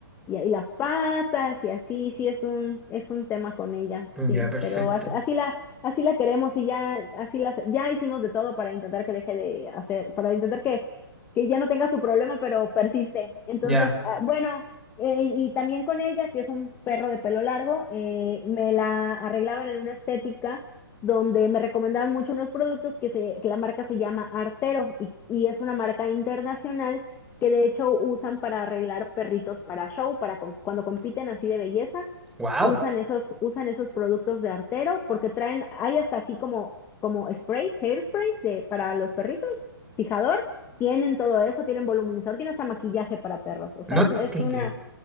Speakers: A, on the left; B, in the centre.
A: y, y las patas y así, sí es un, es un tema con ella,
B: Ya,
A: sí,
B: perfecto.
A: pero así, así la, así la queremos y ya, así las, ya hicimos de todo para intentar que deje de hacer, para intentar que, que ya no tenga su problema, pero persiste. Entonces,
B: Ya.
A: ah, bueno, eh, y también con ella, que es un perro de pelo largo, eh, me la arreglaban en una estética donde me recomendaban mucho unos productos que, se, que la marca se llama Artero y, y es una marca internacional que de hecho usan para arreglar perritos para show, para com- cuando compiten así de belleza,
B: Wow.
A: usan esos, usan esos productos de Artero porque traen, hay hasta así como, como spray, hairspray de, para los perritos, fijador, tienen todo eso, tienen voluminizador, tienen hasta maquillaje para perros, o sea,
B: No
A: eso es
B: te
A: una
B: creo.